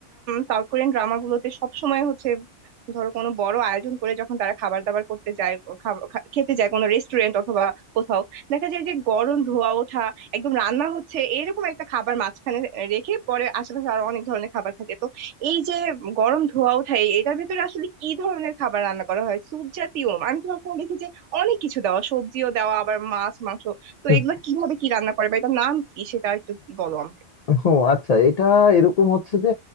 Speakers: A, on the right; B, on the left.
A: সাউথ কোরিয়ান ড্রামা গুলোতে সব সময় হচ্ছে ধরো কোনো বড় আয়োজন করে যখন তারা খাবার দাবার করতে যায় ও খাব- খা- খেতে যায় কোনো রেস্টুরেন্ট অথবা কোথাও দেখা যায় যে গরম ধোয়া ওঠা একদম রান্না হচ্ছে এরকম একটা খাবার মাঝখানে রেখে পরে আশেপাশে আরো অনেক ধরনের খাবার থাকে তো এই যে গরম ধোঁয়া ওঠায় এটার ভেতরে আসলে কি ধরনের খাবার রান্না করা হয় স্যুপ জাতীয় আমি তো সবসময় দেখি যে অনেক কিছু দেওয়া সবজিও দেওয়া আবার মাছ মাংস তো
B: হুম।
A: এগুলো কিভাবে কি রান্না করে বা এটার নাম কি সেটা একটু বলো আমাকে
B: ও আচ্ছা এটা এরকম হচ্ছে যে